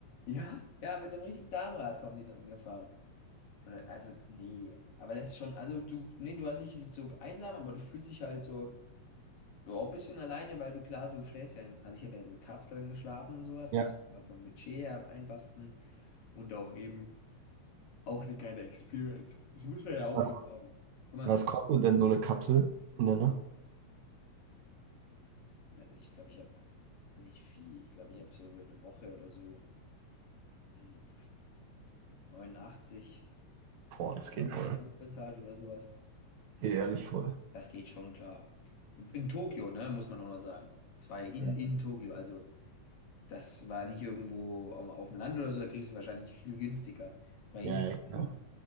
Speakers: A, on the left (about 70°); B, on the right (about 75°).
A: Ja, ja, mit so einem richtigen Damenrad kommen die dann angefahren. Oder, also, nee. Aber das ist schon, also du, nee, du hast nicht dich so einsam, aber du fühlst dich halt so, so auch ein bisschen alleine, weil du klar, du schläfst ja in, also ich habe ja in so Kapseln geschlafen und sowas.
B: Ja.
A: Das ist immer vom Budget her am einfachsten und auch eben auch eine geile Experience. Das muss man ja auch
B: Was,
A: schon sagen. Guck mal.
B: was kostet denn so eine Kapsel in der Nacht?
A: Ich weiß nicht, ich glaube, ich habe nicht viel. Ich glaube, ich habe so für eine Woche oder so mm, 89,
B: Boah, das
A: 90
B: geht voll.
A: Euro bezahlt oder sowas.
B: Geht ehrlich voll.
A: Das geht schon klar. Und in Tokio, ne, muss man auch noch sagen. Das war ja in,
B: Ja,
A: in Tokio, also das war nicht irgendwo am- auf dem Land oder so, da kriegst du es wahrscheinlich viel günstiger. Das war in
B: ja,
A: Tokio.
B: ja.